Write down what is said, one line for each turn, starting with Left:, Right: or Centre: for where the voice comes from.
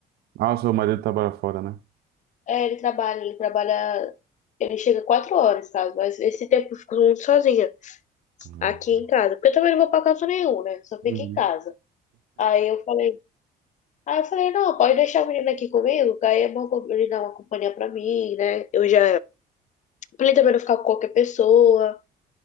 Right: Ah, o seu marido trabalha fora, né?
Left: É, ele trabalha, ele trabalha. Ele chega quatro horas, sabe? Mas esse tempo eu fico muito sozinha.
Right: Uhum.
Left: Aqui em casa, porque eu também não vou pra canto nenhum, né? Só
Right: Uhum.
Left: fico em casa. Aí eu falei, aí eu falei, não, pode deixar a menina aqui comigo, que aí é bom co- ele dar uma companhia pra mim, né? Eu já, pra ele também não ficar com qualquer pessoa,